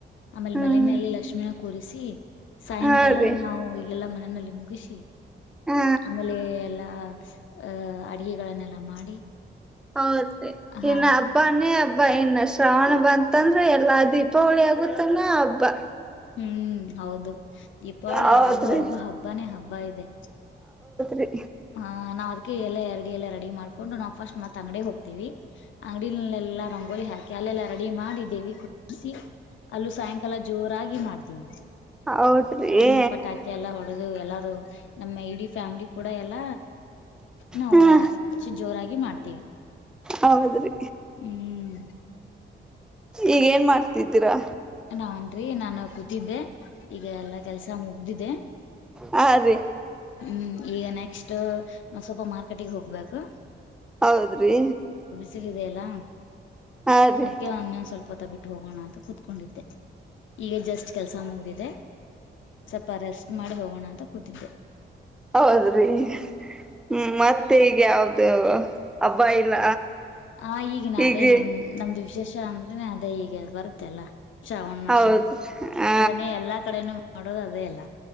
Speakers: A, on the left; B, in the centre.
A: ಆಮೇಲೆ
B: ಹ್ಮ್
A: ಮನನೆಯಲ್ಲಿ ಲಕ್ಷ್ಮೀನ ಕೂರಿಸಿ ಸಾಯಂಕಾಲ
B: ಹೌದ್ರಿ
A: ನಾವು ಇಲ್ಲೆಲ್ಲ ಆಮೇಲೆ ಮುಗಷಿ.
B: ಹಾ
A: ಆಮೇಲೆ ಎಲ್ಲಾ ಅಹ ಅಡಿಗೆಗಳನ್ನೆಲ್ಲ ಮಾಡಿ.
B: ಹೌದ್
A: ಹಾ
B: ಇನ್ನ ಹಬ್ಬನೇ ಹಬ್ ಬ್ಬಾ ಇನ್ನ ಶ್ರಾವಣ ಬಂತಂದ್ರೆ ಎಲ್ಲಾ ದೀಪಾವಳಿ ಆಗುತ್ತನ ಹಬ್ಬಾ.
A: ಹ್ಮ್ ಹೌದು ದೀಪಾವಳಿ
B: ಹೌದ್ರಿ
A: ಆಗೋವರ್ಗೂ ಹಬ್ಬನೇ ಹಬ್ಬ ಇದೆ.
B: ತ್ರಿ.
A: ಹ ನಾವ್ ಅದಕ್ಕೆ ಎಲ್ಲ ಎರಡಿ ಎಲ್ಲಾ ರೆಡಿ ಮಾಡ್ಕೊಂಡು ನಾವ್ ಫಸ್ಟ್ ಮತ್ ಅಂಗಡಿಗ್ ಹೋಗ್ತವಿ. ಅಂಗಡಿಲ್ಲೆಲ್ಲ ರಂಗೋಲಿ ಹಾಕಿ ಅಲ್ಲೆಲ್ಲ. ರೆಡಿ ಮಾಡಿ ದ್ದೇವಿ ಕುಡ್ಸಿ ಅಲ್ಲ ಸಾಯಂಕಾಲ ಜೋರಾಗಿ ಮಾಡ್ ಹ್ಮ್
B: ಹೌದ್ರಿ
A: ಹ್ಮ್ ಪಟಾಕಿ ಎಲ್ಲ ಹೊಡೆದು ಎಲ್ಲಾರು ನಮ್ಮ ಇಡೀ ಫ್ಯಾಮಿಲಿ. ಬಾ ಎಲ್ಲ ನಾವು
B: ಹ
A: ಅಷ್ಟು ಜೋರಾಗಿ ಮಾಡ್ತೀವಿ
B: ಹೌದ್ರಿ
A: ಹ್ಮ್
B: ಈಗ್ ಏನ್ ಮಾಡ್ತಿದ್ದೀರಾ.
A: ನಾನ್ರಿ ನಾನು ಕೂತಿದ್ದೆ ಈಗ ಎಲ್ಲಾ ಕೆಲ್ಸ ಮುಗ್ದಿದ್ದೆ.
B: ಹಾ ರೀ
A: ಹ್ಮ್ ಈಗ ನೆಕ್ಸ್ಟ್ ನ ಸ್ವಲ್ಪ ಮಾರ್ಕೆಟಿಗೆ ಹೋಗ್ಬೇಕು.
B: ಹೌದ್ರಿ
A: ಸರಿದೆಲ್ಲಾ.
B: ಹಾ ರೀ
A: ಅದ್ಕ್ಕೆ ಒನ್ ಸ್ವಲ್ಪತ ಬಿಟ್ಟು ಹೋಗೋಣ ಅಂತ ಕೂತ್ಕೊಂಡಿದ್ದೆ ಈಗ ಜಸ್ಟ್ ಕೆಲ್ಸ ಮುಗಿದೆ ಸ್ವಲ್ಪ ರೆಸ್ಟ್ ಮಾಡಿ ಹೋಗೋಣ ಅಂ ತ ಕೋತಿದ್ದು.
B: ಹೌದ್ರಿ ಹ್ಮ ಮತ್ತೆ ಈಗ ಯಾವ್ದ. ಹಬ್ಬಾ ಇಲ್ಲ.
A: ಹ ಈಗಿನ
B: ಈಗ
A: ಅದೇ ನಮ್ ನಮ್ದು ವಿಶೇಷ್ ಷ ಅಂದ್ರೆನೆ ಅದೇ ಈಗ ಬರುತ್ತೆಲ್ಲ. ಶ್ರಾವಣ ಮಾಸದ
B: ಹೌದು ಹ
A: ಅದನ್ನೇ ಎಲ್ಲಾ ಕಡೆನೂ. ನೋಡೋದ್ ಅದೇ ಅಲ್ಲ.